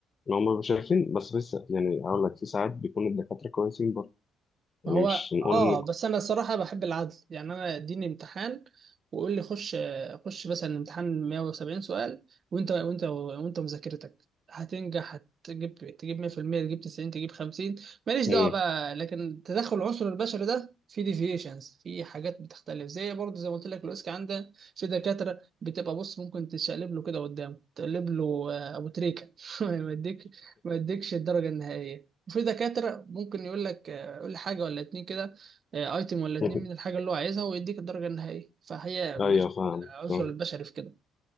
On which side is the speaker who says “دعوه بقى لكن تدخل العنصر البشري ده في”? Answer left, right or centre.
Right